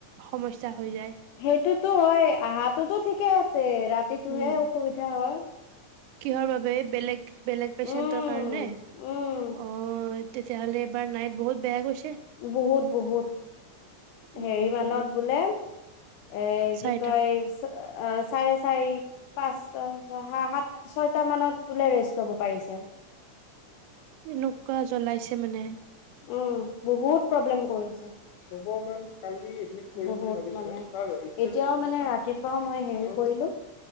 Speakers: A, on the right (about 80°); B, on the left (about 80°).
A: সমস্যা হৈ যায়।
B: সেইটোতো হয় আহটোতো ঠিকে আছে ৰাতিটোহে
A: উম,
B: অসুবিধা হয়
A: কিহৰ বাবে বেলেগ বেলেগ পেচেন্টৰ
B: উম
A: কাৰণে
B: উম
A: অ তেতিয়াহ'লে এবাৰ নাইট বহুত বেয়া গৈছে
B: বহুত বহুত
A: উম,
B: হেৰি মান বোলে এ
A: চাৰিটা
B: কি কয় চাৰে চাৰি পাঁচ। আহা হাত ছয়টা মানত বোলে ৰেছ চব পাৰিছে
A: এনেকুৱা জ্বলাইছে মানে
B: অঁহ বহু প্ৰৱেলেম কৰিছে ছয়শমান কালি এই দ মিত ভাৱিছো কাৰণ এতিয়াও মই হেৰি কৰিলো